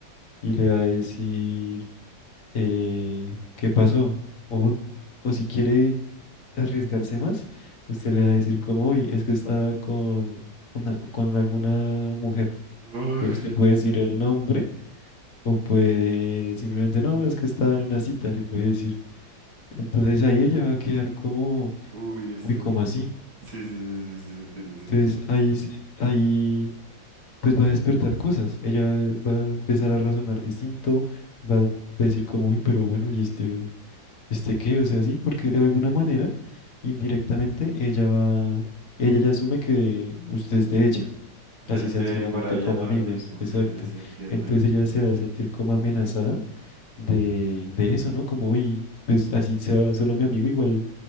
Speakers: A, on the left; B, on the right.
A: y le va a decir eh, qué pasó o, o si quiere arriesgarse más, usted le va a decir como, uy, es que estaba con una, con alguna mujer.
B: Uy,
A: Pues usted puede decir el nombre o puede simplemente, no, es que estaba en una cita, le puede decir. Entonces ahí ella va a quedar como,
B: uy, este...
A: uy, ¿cómo así?
B: Sí, sí, sí, sí, sí, sí, entiendo, sí,
A: Entonces
B: entiendo.
A: ahí, se- ahí pues va a despertar cosas. Ella va a empezar a razonar distinto, va a decir como, uy, pero bueno, ¿y este? este qué, o sea, sí, porque de alguna manera, indirectamente, ella va, ella ya asume que usted es de ella,
B: O sea,
A: así
B: yo estoy
A: sean solamente
B: ahí para ella
A: como
B: todo
A: amigos,
B: el tiempo,
A: exacto.
B: sí, sí, sí, entiendo.
A: Entonces ella se va a sentir como amenazada de, de eso, ¿no? Como, uy, pues así sea solo mi amigo, igual